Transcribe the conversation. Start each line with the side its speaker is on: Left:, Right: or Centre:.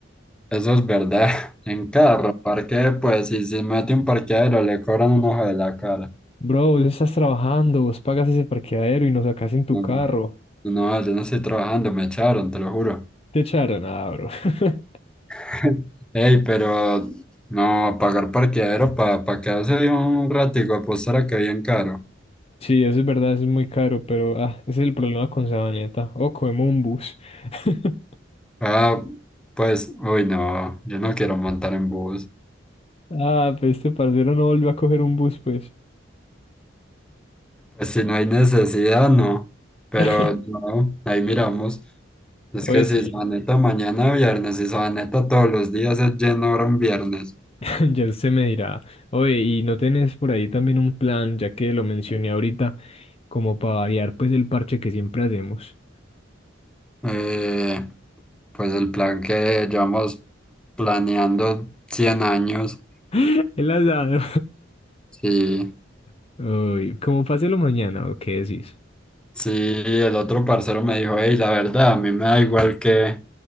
Centre: Eso es verdad. <laughs> En carro parque, pues, si se mete un parqueadero, le cobran un ojo de la cara.
Left: Bro, vos estás trabajando, vos pagas ese parqueadero y nos sacás en tu
Centre: No,
Left: carro.
Centre: no, no, yo no estoy trabajando, me echaron, te lo juro.
Left: Te echaron, ah, bro. <laughs>
Centre: <laughs> Ey, pero no, pagar parqueadero para pa pa quedarse ahí un ratico, apostar a que bien caro.
Left: Sí, eso es verdad, eso es muy caro, pero ah, ese es el problema con Sabaneta. O cogemos un bus. <laughs>
Centre: Ah, pues, uy, no, yo no quiero montar en bus.
Left: Ah, pues este parcero no volvió a coger un bus, pues.
Centre: Pues si no hay necesidad, no. Pero
Left: <laughs>
Centre: no, ahí miramos. Es
Left: Oye,
Centre: que si
Left: sí,
Centre: se va neta mañana viernes, si se va neta todos los días es lleno ahora un viernes.
Left: <laughs> Ya se me dirá, oye, ¿y no tenés por ahí también un plan, ya que lo mencioné ahorita, como para variar pues el parche que siempre hacemos?
Centre: Eh, pues el plan que llevamos planeando 100 años.
Left: <laughs> El asado.
Centre: Sí,
Left: <laughs> Uy, como páselo mañana, ¿o qué decís?
Centre: sí, el otro parcero me dijo, hey, la verdad, a mí me da igual que,